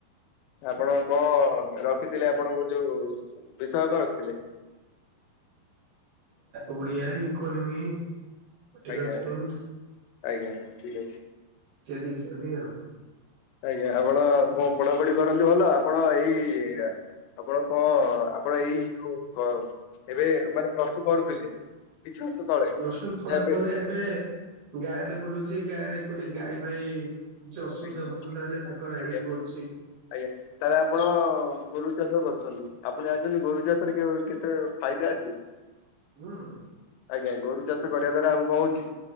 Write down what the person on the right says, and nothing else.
ଓଡିଆ, ଇକୋନୋମି ପଟିକାଲ
ସାଇନ୍ସ
ଇତ୍ୟାଦି-ଇତ୍ୟାଦି ଆଉ।
ପ୍ଲସ
ଟୁ ପଢା
ପଲେ ଏବେ ଗାଁ ରେ ବୁଲୁଚି, ଗାଁ ରେ କୋଉଠି ଗାଈ ଫାଇ କିଛି ଅସୁବିଧା
ଫସୁବିଧା ହେଲେ ତାଙ୍କର
ହେଲ୍ପ କରୁଚି।
ହୁଁ।